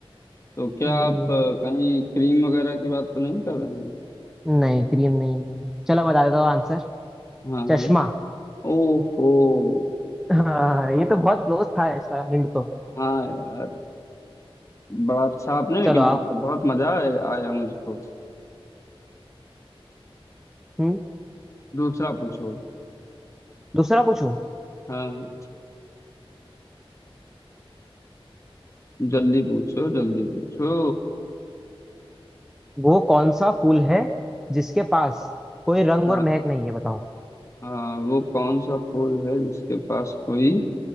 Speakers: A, on the left; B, in the centre.
A: तो क्या
B: हम्म,
A: आप अ, कहीं क्रीम वगैरह की बात तो नहीं कर रहे हैं
B: नहीं क्रीम नहीं है चलो बता देता हूँ आंसर
A: हाँ
B: चश्मा
A: हाँ ओहो
B: हाँ ये तो बहुत क्लोज था इसका हिंट तो
A: हाँ यार बड़ा अच्छा आपने लेकिन
B: चलो आप
A: पूछा बहुत मजा आया आया मुझको
B: हम्म
A: दूसरा पूछो
B: दूसरा पूछूं
A: हाँ जल्दी पूछो जल्दी पूछो
B: वो कौन सा फूल है जिसके पास कोई रंग
A: हाँ
B: और महक नहीं है बताओ
A: हाँ वो कौन सा फूल है जिसके पास कोई